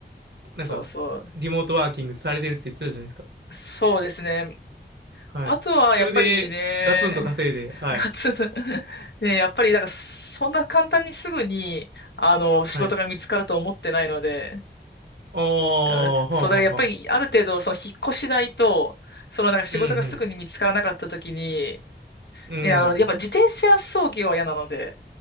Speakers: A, on the right; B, on the left.
A: なんか、
B: そうそう。
A: リモートワーキングされてるって言ってたじゃないですか。
B: そうですね。
A: はい。
B: あとは、
A: それで、
B: やっぱりね、
A: ガツンと稼いで、
B: <laughs>
A: はい。
B: ガツン <laughs> ね、やっぱり、だから、そんな簡単にすぐに、あの、仕事が見つかると思ってないので、
A: はい。ああ、
B: <laughs>
A: はあはあはあ。
B: そう、だからやっぱり、ある程度、その、引っ越し代と、その、なんか仕事がすぐに見つからなかった時に、
A: うん、うん。
B: ね、あの、
A: うん。
B: やっぱ自転車操業は嫌なので、